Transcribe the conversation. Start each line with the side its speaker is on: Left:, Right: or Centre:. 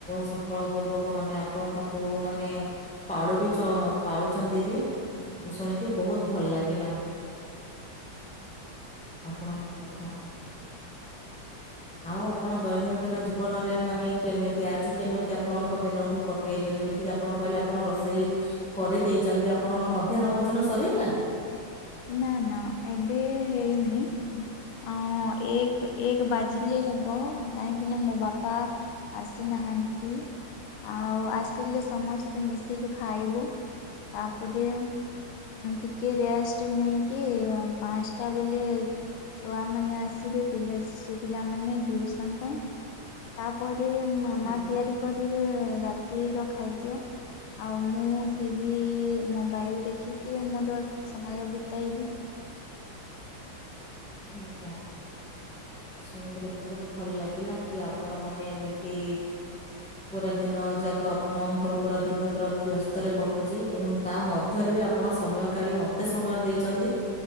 Centre: ସଫଳ ପୂର୍ବକ ମାନେ ଆପଣ ତାକୁ ମାନେ ପାଳୁ ବି ଚ ପାଳୁଚନ୍ଦୀ ବି। ଶୁଣିକି ବହୁତ ଭଲ ଲାଗିଲା। ଆପଣଙ୍କ କଥା। ଆଉ ଆପଣ ଦୈନନ୍ଦିନ ଜୀବନରେ ମାନେ କେମିତି ଆଜି କେମିତି ଆପଣଙ୍କ ଦିନକୁ କ ଏବେ ଯେମିତି କିି ଆପଣ କହିଲେ ଆପଣ ରୋଷେଇ କରିଦେଇଛନ୍ତି ଆପଣଙ୍କର ମଧ୍ୟାହ୍ନ ଭୋଜନ ସରିଗଲାଣି?
Left: ନା ନା ଏବେ ହେଇନି। ହ ଏକ ଏକ ବାଜିଲେ ହେବ କାହିଁକି ନା ମୋ ବାପା ଆସିନାହାନ୍ତି, ଆଉ ଆସିଲେ ସମସ୍ତେ ମିଶିକି ଖାଇବୁ। ତାପରେ ଟିକେ ରେଷ୍ଟ ନେଇକି ପାଞ୍ଚଟା ବେଲେ ଛୁଆମାନେ ଆସିବେ ପିଲା ଶିଶୁ ପିଲାମାନେ ଟିଉସନ୍ ପାଇଁ। ତାପରେ ମାମା
Centre: ଆଜ୍ଞା
Left: ତିଆରି କରିବେ ରାତିର ଖାଦ୍ୟ। ଆଉ ମୁଁ ଟିଭି, ମୋବାଇଲ ଦେଖିକି ମୋର ସମୟ ବିତାଇବି।
Centre: ଆଜ୍ଞା। ଶୁଣିକିରି ବହୁତ ଭଲ ଲାଗିଲା କି ଆପଣ ମାନେ ଏମିତି ପୁରା ଦିନ ଜାକ ଆପଣଙ୍କର ପୁରା ଦିନ ପୁରା ବ୍ୟସ୍ତରେ କଟୁଛି ଏବଂ ତା ମଧ୍ୟରେ ବି ଆପ ଆପଣ ସମୟ କାଢି଼ ମତେ ସମୟ ଦେଇଛନ୍ତି,